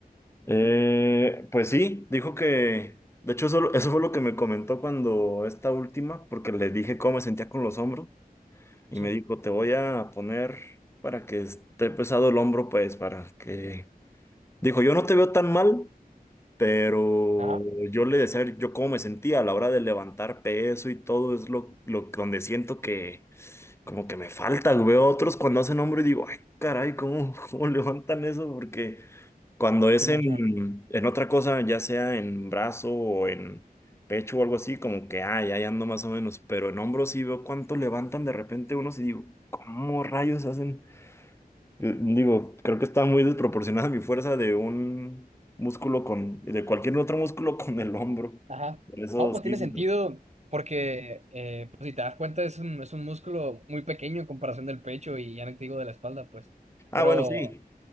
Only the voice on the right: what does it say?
Sí,
ajá,
Simón,
Simón,
ajá.
No, pues
tiene sentido
porque, eh, pues si te das cuenta, es un, es un músculo muy pequeño en comparación del pecho y ya no te digo de la espalda, pues.
Pero...